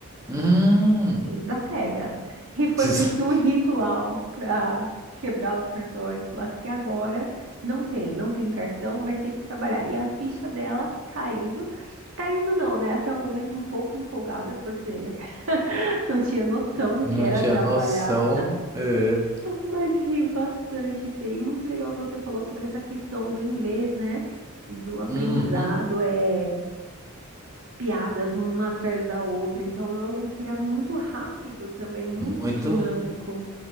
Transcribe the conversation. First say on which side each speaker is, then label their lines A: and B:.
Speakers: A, on the right (about 15°); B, on the right (about 80°).
A: uhum.
B: e desapega. E foi
A: <laughs>
B: meio que um ritual para quebrar os cartões, falar assim, agora não tem, não tem cartão, vai ter que trabalhar. E a ficha dela caindo, caindo não, né? Até o momento um pouco empolgada, porque <laughs> não tinha noção do
A: Não
B: que era
A: tinha
B: trabalhar,
A: noção. É.
B: mas ri bastante, Fê. E muito legal que você falou sobre essa questão do inglês, né? Do aprendizado,
A: Uhum,
B: é piadas uma atrás da outra. Então é um seriado muito rápido também, muito
A: muito.
B: dinâmico.